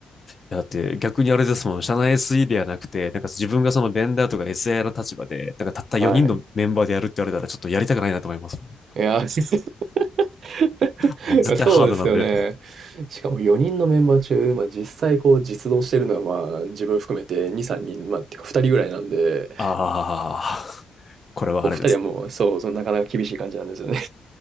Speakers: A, on the left; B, on the right.
A: だって逆にあれですもん。社内 SE ではなくて、なんか自分がそのベンダーとか SI の立場で、なんかたった4人のメンバーでやるって言われたら、
B: <laughs> はい。
A: ちょっとやりたくないなと思いますもん。
B: いやー、<laughs> <laughs>
A: もう絶対ハードなんで。
B: そうですよね。しかも4人のメンバー中、まあ、実際こう実動してるのはまあ自分含めて2、3人、まあ、てか2人ぐらいなんで、
A: ああ、これはあれです。
B: こう2人はもうそう、そうなかなか厳しい感じなんですよね。